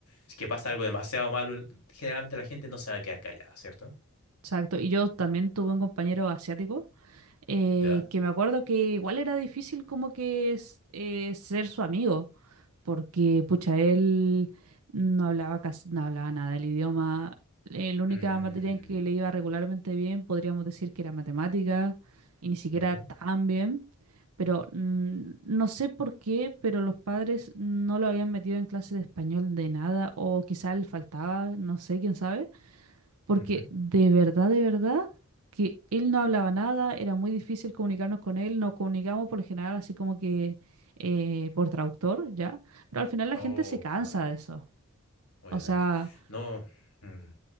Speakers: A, on the left; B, on the right.
A: si que pasa algo demasiado malo, generalmente la gente no se va a quedar callada, ¿cierto?
B: Exacto, y yo también tuve un compañero asiático eh,
A: ¿Ya?
B: que me acuerdo que igual era difícil como que es- eh, ser su amigo. porque pucha, él no hablaba casi, no hablaba nada del idioma. Eh, La única
A: Mm,
B: materia en que le iba regularmente bien, podríamos decir que era matemática, y ni siquiera
A: Ujú,
B: tan bien. Pero mm, no sé por qué, pero los padres no lo habían metido en clase de español de nada, o quizá él faltaba, no sé, quién sabe. Porque
A: ujú.
B: de verdad, de verdad, que él no hablaba nada, era muy difícil comunicarnos con él, nos comunicamos por lo general así como que eh, por traductor, ¿ya? Pero al final la
A: Oh,
B: gente se cansa
A: qué mal,
B: de eso.
A: obviamente.
B: O sea,
A: No, mm.